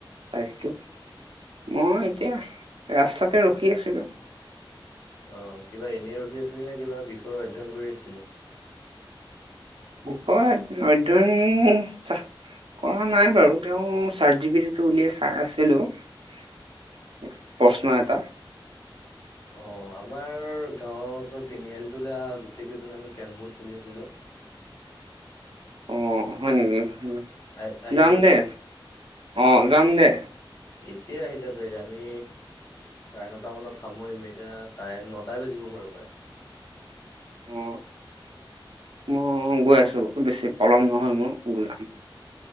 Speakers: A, on the right (about 80°); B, on the left (about 45°).
A: তাইটো মই এতিয়া ৰাস্তাতে ৰখি আছিলো।
B: অ কিবা এনেই ৰখি আছিলি নে কিবা বিষয় অধ্যয়ন কৰি আছিলি।
A: অধ্যায়ন। কৰা নাই বাৰু, তেওঁ ৰ্চাট জিপিটিতো উলিয়াই চাই আছিলো। প্ৰশ্ন এটা।
B: অ', আমাৰ গাঁৱৰ ওচৰত তিনিআলিতোলৈ আহ গোটেই কেইজনে আমি কেৰম বৰ্ড খেলি আছিলো। <inaudible>
A: অ', হয় নেকি।
B: আহ আহিবি
A: যাম
B: নেকি?
A: দে অ', যাম দে।
B: এতিয়া আহি যা পাৰিলে, আমি চাৰে নটা মানত সামৰিম এতিয়া চাৰে নটাই বাজিব হয় পায়।
A: উ মই গৈ আছো ব বেছি পলম নহয় মোৰ গৈ